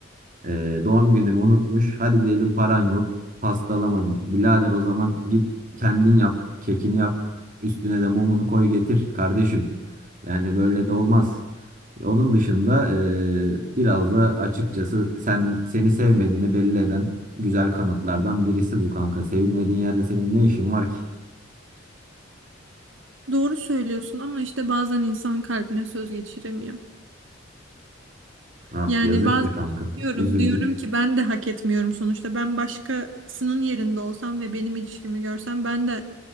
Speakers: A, on the right; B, on the right.
A: Ee, doğum günümü unutmuş. Hadi diyelim paran yok. Pasta alamadın. Birader o zaman git kendin yap. Kekini yap. Üstüne de mumunu koy getir kardeşim. Yani böyle de olmaz. Onun dışında eee, biraz da açıkçası sen seni sevmediğini belli eden güzel kanıtlardan birisi bu kanka. Sevilmediğin yerde senin ne işin var ki?
B: Doğru söylüyorsun ama işte bazen insan kalbine söz geçiremiyor.
A: Ah
B: Yani
A: yazık
B: bazen
A: be kanka.
B: diyorum
A: Üzüldük.
B: diyorum ki ben de hak etmiyorum sonuçta ben başkasının yerinde olsam ve benim ilişkimi görsem ben de